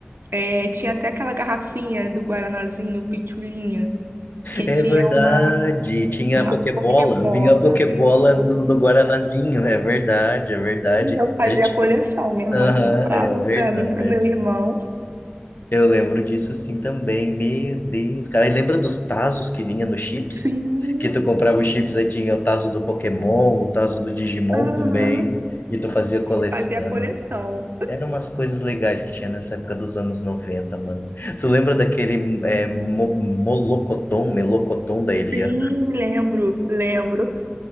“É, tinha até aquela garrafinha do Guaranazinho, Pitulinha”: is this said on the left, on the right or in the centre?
Right